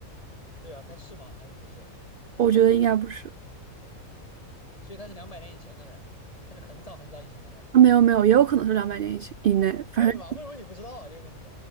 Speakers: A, on the left; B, on the right.
A: 对啊，他是吗？还是不是？
B: 我觉得应该不是。
A: 所以他是两百年以前的人，他是很早很早以前的人。
B: 啊没有没有，也有可能是两百年以前以内，反正
A: 为嘛？为什么你不知道啊？这个问题